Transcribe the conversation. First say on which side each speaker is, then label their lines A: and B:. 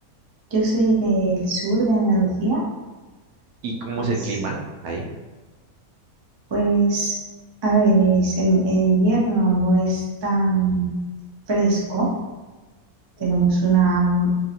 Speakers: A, on the right; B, on the right.
A: Yo soy del sur de Andalucía,
B: ¿Y cómo
A: as-
B: es el clima ahí?
A: pues, a ver, es en, en invierno no es tan fresco. Tenemos una mm,